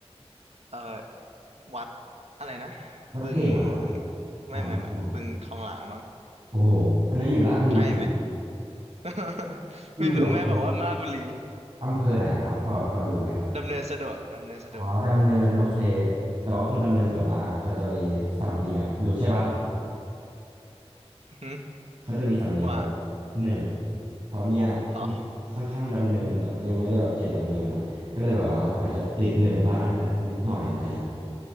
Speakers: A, on the right; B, on the right.
A: เออวัดอะไรนะ
B: วัดเพลงเหรอครับ
A: บึงไม่ไม่ไม่บึงทองหลางมั้ง
B: อ่าไม่ใช่ละโอ้โหอันนั้นอยู่ราชบุรีจริงเหรอครับ
A: ใช่ไหม <laughs>
B: อยู่อยู่อำเภอ
A: ไม่รู้แม่บอกว่าราชบุรี
B: อำเภอไหนเหรอครับพอพอรู้ไหมครับ
A: ดำเนินสะดวกดำเนินสะดวก
B: อ๋อดำเนินโอเคแต่ว่าคนดำเนินส่วนมากเขาจะมีสำเนียงอะรู้ใช่ป่ะ
A: อือหือ
B: เขาจะมีสำเนียงแบบ
A: ว่า
B: เหน่อเพราะเนี่ยมันค่อนข้างดำเนินแต่ว่ายังไม่ได้แบบเขตดำเนินอ่ะก็เลยแบบว่าอาจจะติดเหน่อบ้างแต่นิดหน่อยอะไรเงี้ย
A: เหรอ